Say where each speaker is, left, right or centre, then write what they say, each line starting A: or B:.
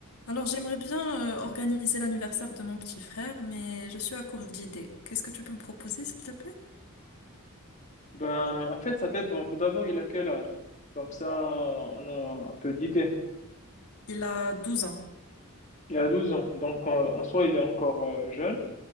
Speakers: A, on the left (about 85°); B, on the left (about 35°).
A: Alors, j'aimerais bien euh, organiser l'anniversaire de mon petit frère, mais je suis à court d'idées. Qu'est-ce que tu peux me proposer, s'il te plaît?
B: Ben, en fait, ça dépend. Tout d'abord, il a quel âge? Comme ça, on a un peu d'idée.
A: Il a douze ans.
B: Il a 12 ans, donc en, en soi, il est encore euh, jeune.